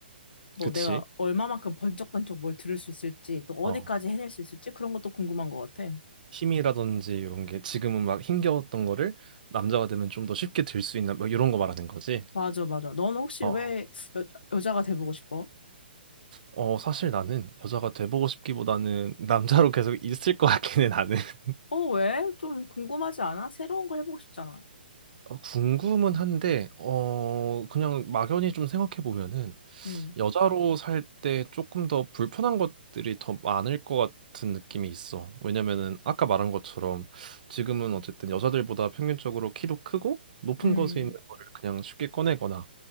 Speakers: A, on the left (about 65°); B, on the right (about 50°).
A: 뭐
B: 그치?
A: 내가 얼마만큼 번쩍번쩍 뭘 들을 수 있을지, 또 어디까지
B: 어.
A: 해낼 수 있을지 그런 것도 궁금한 것 같아.
B: 힘이라든지 이런 게 지금은 막 힘겨웠던 거를 남자가 되면 좀 더 쉽게 들 수 있나 뭐 이런 거 말하는 거지.
A: 맞아, 맞아. 넌 혹시
B: 어.
A: 왜 여, 여자가 돼보고 싶어?
B: 어, 어, 사실 나는 여자가 돼보고 싶기보다는 <laughs> 남자로 계속 있을 것 같긴 해, 나는. <laughs>
A: 어, 왜? 좀 궁금하지 않아? 새로운 걸 해보고 싶잖아.
B: 어, 궁금은 한데, 어, 그냥 막연히 좀 생각해 보면은
A: 음,
B: 여자로 살 때 조금 더 불편한 것들이 더 많을 것 같은 느낌이 있어. 왜냐면은 아까 말한 것처럼 지금은 어쨌든 여자들보다 평균적으로 키도 크고 높은
A: 음.
B: 곳에 있는 거를 그냥 쉽게 꺼내거나